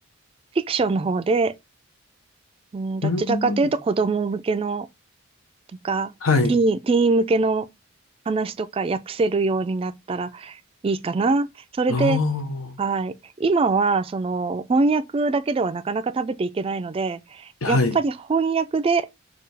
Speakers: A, on the right; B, on the left.
A: フィクションの方で、うん、どちらかというと子供向けの
B: うーん。
A: なんか、
B: はい。
A: ティーン、ティーン向けの話とか訳せるようになったらいいかな。それで、
B: ああ。
A: はい。今は、その、翻訳だけではなかなか食べていけないので、
B: はい。
A: やっぱり翻訳で